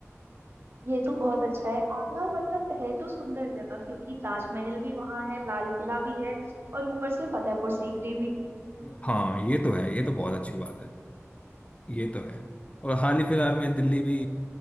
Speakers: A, on the right; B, on the left.
A: ये तो बहुत अच्छा है आगरा मतलब है तो सुंदर जगह क्योंकि ताजमहल भी वहां है लाल किला भी है और ऊपर से फतेहपुर सीकरी भी
B: हाँ ये तो है ये तो बहुत अच्छी बात है ये तो है और हाल ही फिलहाल में दिल्ली भी